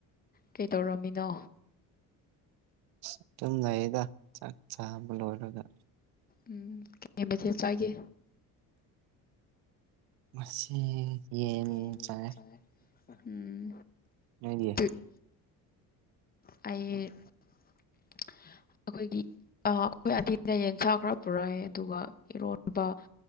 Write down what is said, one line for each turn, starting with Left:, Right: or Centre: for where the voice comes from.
Left: ꯀꯩꯗꯧꯔꯝꯃꯤꯅꯣ
Right: ꯑ ꯆꯨꯝ ꯂꯩꯌꯦꯗ ꯆꯥꯛ ꯆꯥꯕ ꯂꯣꯏꯔꯒ
Left: ꯎꯝ ꯀ ꯃꯩꯊꯦꯜ ꯆꯥꯒꯦ
Right: ꯉꯁꯤ ꯌꯦꯟ
Left: ꯌꯦ
Right: ꯆꯥꯏ
Left: ꯆꯝ ꯎꯝ
Right: ꯅꯣꯏꯗꯤ
Left: ꯑꯩ ꯑꯩꯈꯣꯏꯒꯤ ꯑꯩꯈꯣꯏ ꯑꯇꯤ ꯂꯌꯦꯟꯁꯥꯈ꯭ꯔ ꯄꯨꯔꯛꯑ ꯑꯗꯨꯒ ꯏꯔꯣꯟꯕ